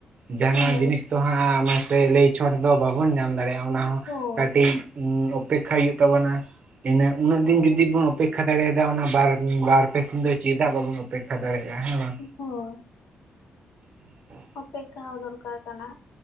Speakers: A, on the right (about 40°); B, on the left (about 80°).
A: ᱡᱟᱦᱟᱸᱱᱟᱜ
B: ᱦᱳᱭ
A: ᱡᱤᱱᱤᱥ ᱛᱚ ᱦᱟᱸᱜ ᱚᱱᱟ ᱛᱮ ᱞᱟᱹᱭ ᱪᱷᱚᱰ ᱫᱚ ᱵᱟᱵᱚᱱ ᱧᱟᱢ ᱫᱟᱲᱮᱭᱟᱜᱼᱟ ᱚᱱᱟ ᱦᱚᱸ
B: ᱦᱳᱭ
A: ᱠᱟᱹᱴᱤᱡ ᱩᱸ ᱚᱯᱮᱠᱷᱟᱭ ᱦᱳᱭᱳᱜ ᱛᱟᱵᱚᱱᱟ ᱤᱱᱟᱹ ᱩᱱᱟᱹᱜ
B: ᱦᱳᱭ
A: ᱫᱤᱱ ᱡᱩᱫᱤ ᱵᱚᱱ ᱚᱯᱮᱠᱷᱟ ᱫᱟᱲᱮᱭᱟᱫᱟ ᱚᱱᱟ ᱵᱟᱨ ᱩᱸ ᱵᱟᱨ ᱯᱮ ᱥᱤᱧ ᱫᱚ ᱪᱮᱫᱟᱜ ᱵᱟᱵᱚᱱ ᱚᱯᱮᱠᱷᱟ ᱫᱟᱲᱮᱭᱟᱜᱼᱟ ᱦᱮᱸ ᱵᱟᱝ᱾
B: ᱦᱚᱭ᱾
A: ᱦᱮ <inaudible>
B: ᱚᱯᱮᱠᱠᱷᱟ ᱦᱚᱸ ᱫᱚᱨᱠᱟᱨ ᱠᱟᱱᱟ᱾